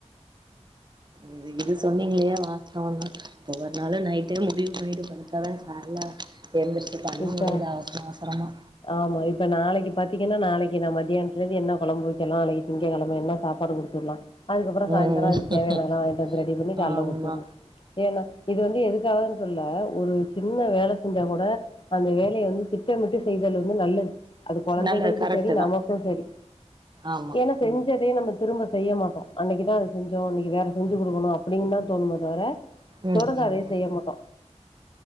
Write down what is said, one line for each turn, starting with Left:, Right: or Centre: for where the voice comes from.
Right: இது இது சொன்னீங்களே வாஸ்தவோ தா ஒவ்வொரு நாளு நைட்டே முடிவு பண்ணிட்டு படுத் அப்ப தா கால்ல எழுந்திருச்சி பண்ண
Left: இப்ப
Right: முடியுது அவசர அவசரமா
Left: ஆமா இப்ப நாளைக்கு பாத்தீங்கன்னா நாளைக்கு நா மத்தியானத்துலருந்து என்ன கொழம்பு வெக்கலா நாளைக்கு திங்கெழம என்ன சாப்பாடு கூடுக் கொடுத்துவுட்லா அதுக்கப்புறோ
Right: ம்
Left: சாயந்தரோ அதுக்கு தேவானது எல்லா வாங்கிட்டு வந்து ரெடி பண்ணி கால்ல
Right: ஆமா
Left: குடுத்துவுட்னு ஏன்னா இது வந்து எதுக்காகனு சொல்ல ஒரு சின்ன வேல செஞ்சா கூட அந்த வேலைய வந்து திட்டமிட்டு செய்தல் வந்து நல்லது அது கொழந்தைகளுக்கு
Right: நல்ல கரெக்ட்டு
Left: செரி நமக்கு
Right: தா
Left: செரி
Right: ஆமா
Left: எனக் செஞ்சதே நம்ம திரும்ப செய்ய மாட்டோ அன்னைக்குதா அது செஞ்சோ இன்னைக்கு வேற செஞ்சு குடுக்கணு அப்டின்னு தா தோணுமே தவர
Right: ம்
Left: தொடர்ந்து அதையே
Right: ம்
Left: செய்ய மாட்டோ